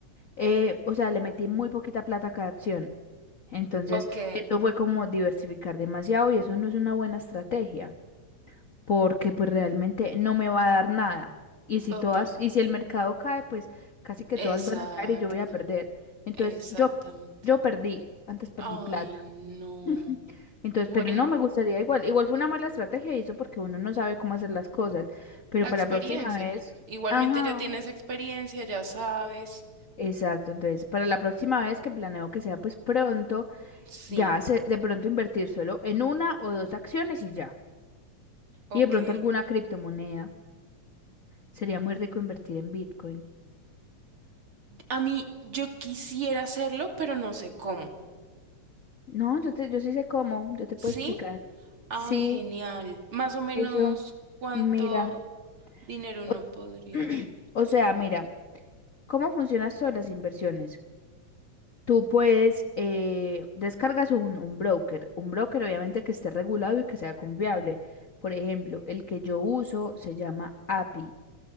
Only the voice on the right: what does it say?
Ok,
total.
Exacto,
exactamente.
Ay,
no.
Bueno,
la
experiencia.
Igualmente
ya tienes experiencia, ya sabes.
Sí,
ok.
A mí, yo quisiera hacerlo, pero no sé cómo.
¿Sí?
Ay,
genial. Más o menos,
¿cuánto
dinero
uno podría?